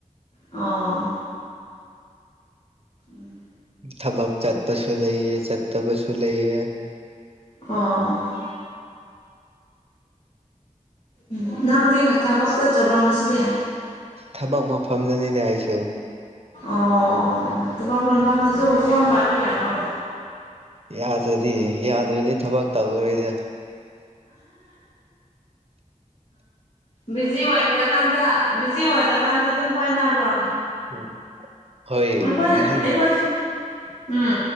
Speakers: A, on the left (about 45°); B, on the right (about 50°).
A: ꯑꯥ ꯎꯝ
B: ꯊꯕꯛ ꯆꯠꯄꯁꯨ ꯂꯩꯌꯦ ꯆꯠꯇꯕꯁꯨ ꯂꯩꯌꯦ
A: ꯑꯥ ꯎꯝ ꯅꯪꯗꯤ ꯊꯕꯛ ꯆꯠꯇ꯭ꯔꯕꯣ ꯉꯁꯤꯗꯤ
B: ꯊꯕꯛ ꯃꯐꯝꯗꯅꯤꯗ ꯑꯩꯁꯨ
A: ꯑꯣ ꯊꯕꯛ ꯃꯐꯝꯗꯁꯨ ꯐꯣꯟ ꯄꯥꯏꯕ ꯌꯥꯕ꯭ꯔꯣ
B: ꯌꯥꯗ꯭ꯔꯗꯤ ꯌꯥꯗ꯭ꯔꯗꯤ ꯊꯕꯛ ꯇꯧꯔꯣꯏꯗ
A: ꯕꯤꯖꯤ ꯋꯥꯏꯗ ꯀꯥꯟꯗ ꯕꯤꯖꯤ ꯑꯣꯏꯗꯀꯥꯟꯗ ꯑꯗꯨꯝ ꯄꯥꯏꯅꯕ꯭ꯔꯣ
B: ꯎꯝ ꯍꯣꯏ
A: ꯑꯩꯈꯣꯏ
B: ꯕꯤꯖꯤ
A: ꯑꯩꯈꯣꯏꯁꯨ ꯎꯝ